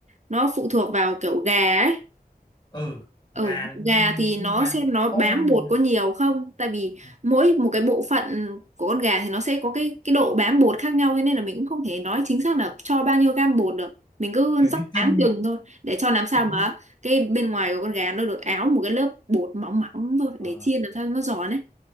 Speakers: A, on the right (about 45°); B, on the left (about 25°).
A: nó phụ thuộc vào kiểu gà ấy
B: ờ gà
A: ừ,
B: này con
A: gà thì nó
B: con gà
A: xem
B: nó
A: nó bám
B: to hay
A: bột
B: như
A: có nhiều không tại vì
B: nào?
A: mỗi một cái bộ phận của con gà thì nó sẽ có cái cái độ bám bột khác nhau thế nên là mình cũng không thể nói chính xác là cho bao nhiêu gam bột được mình cứ
B: kiểu
A: rắc
B: như
A: áng
B: chân
A: chừng thôi để cho làm sao
B: kiểu
A: mà
B: như
A: cái bên ngoài của con gà nó được áo một cái lớp bột mỏng mỏng thôi
B: ờ,
A: để chiên làm sao cho nó giòn ấy